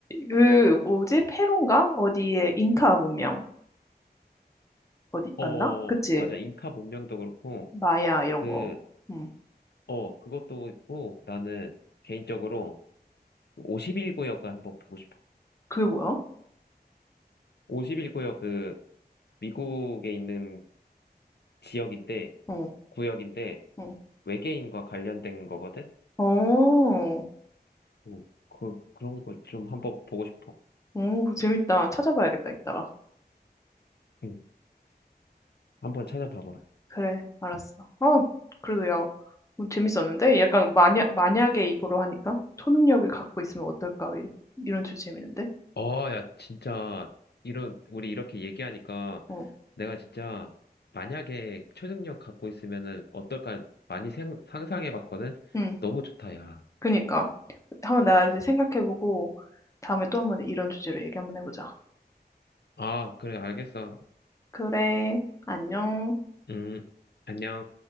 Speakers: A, on the left; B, on the left.
A: 그 뭐지? 페룬가? 어디에 잉카 문명 어디
B: 어,
A: 맞나? 그치?
B: 맞아. 잉카 문명도 그렇고,
A: 마야 이런
B: 그,
A: 거. 응.
B: 어, 그것도 있고, 나는 개인적으로 51구역을 한번 보고 싶어.
A: 그게 뭐야?
B: 51구역 그 미국에 있는 지역인데,
A: 어.
B: 구역인데,
A: 어.
B: 외계인과 관련된 거거든?
A: 오,
B: 어, 그, 그런 거 좀 한번 보고 싶어.
A: 오, 그거 재밌다. 찾아봐야겠다, 이따가.
B: 응. 한번 찾아봐봐.
A: 그래, 알았어. 어, 그래도 야, 뭐 재밌었는데? 약간 만약, 만약에 이거로 하니까 초능력을 갖고 있으면 어떨까? 이- 이런 주제 재밌는데?
B: 어, 야, 진짜, 이런, 우리 이렇게 얘기하니까
A: 어,
B: 내가 진짜 만약에 초능력 갖고 있으면은 어떨까 많이 생, 상상해 봤거든?
A: 응,
B: 너무 좋다, 야.
A: 그니까. 한번 나 이제 생각해보고 다음에 또 한번 이런 주제로 얘기 한번 해보자.
B: 아, 그래, 알겠어.
A: 그래, 안녕.
B: 음, 안녕.